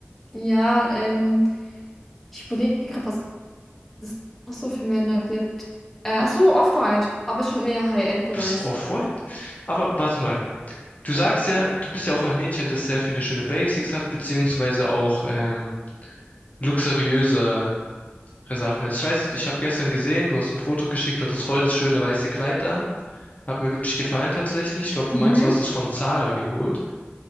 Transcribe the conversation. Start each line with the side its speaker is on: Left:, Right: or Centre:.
Centre: ja, ähm, ich überlege gerade, was es noch so für Männer gibt. Äh, ach so, Off-White, aber schon mehr High-End-Bereich.
Left: Was Off-White? Aber warte mal. Du sagst ja, du bist ja auch ein Mädchen, das sehr viele schöne Basics hat, beziehungsweise auch ähm, luxuriöse Sachen hat. Ich weiß, ich habe gestern gesehen, du hast ein Foto geschickt, du hattest voll das schöne weiße Kleid an. Hat mir wirklich gefallen tatsächlich. Ich glaube, du
Centre: Mhm.
Left: meinst, du hast es von Zara geholt.